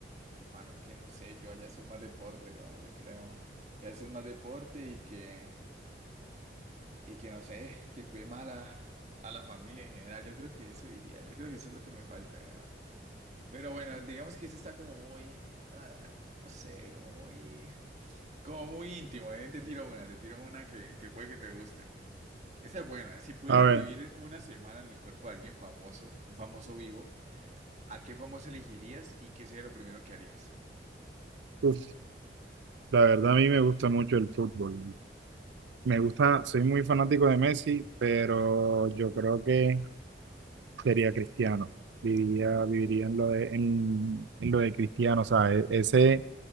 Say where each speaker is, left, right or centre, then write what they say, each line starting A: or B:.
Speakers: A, on the right (about 40°); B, on the right (about 85°).
A: mano, que no sé, que vaya a hacer más deporte, weón, yo creo, que vaya a hacer más deporte y que Y que no sé, que cuide más a la, a la familia en general. Yo creo que eso iría, yo creo que eso es lo que me falta. ya. Pero bueno, digamos que eso está como muy, ah, no sé, como muy, como muy íntimo. eh. Te tiro una, te tiro una que, que puede que te guste. Esa es buena. Si pudieras
B: A ver,
A: vivir una semana en el cuerpo de alguien famoso, un famoso vivo, ¿a qué famoso elegirías y qué sería lo primero que harías?
B: uf, la verdad a mí me gusta mucho el fútbol. Me gusta, soy muy fanático de Messi, pero yo creo que sería Cristiano. Viviría, viviría en lo de, en, en lo de Cristiano, o sea, e- ese